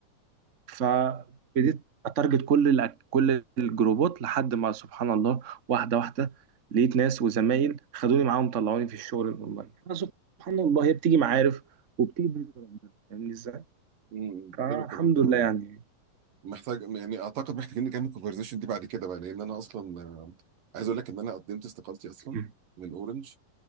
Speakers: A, on the right; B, on the right.
A: فبديت اتارجت كل الأك- كل الجروبات لحد ما سبحان الله واحده واحده لقيت ناس وزمايل خدوني معاهم طلعوني في الشغل الاونلاين سبحان الله هي بتيجي معارف وبتيجي بإذن ربنا فاهمني ازاي؟
B: امم
A: فالحمد
B: حلو الكلام ده
A: لله يعني
B: محتاج يعني اعتقد محتاجين نكمل الكونفرزيشن دي بعد كده بقى لان انا اصلا آه، عايز اقول لك ان انا قدمت استقالتي اصلا
A: مم.
B: من اورنج